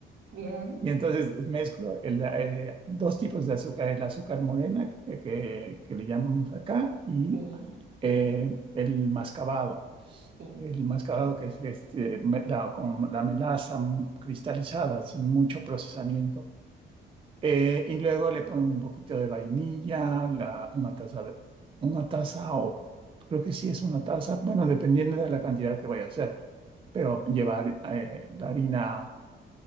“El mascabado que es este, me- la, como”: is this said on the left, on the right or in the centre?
Right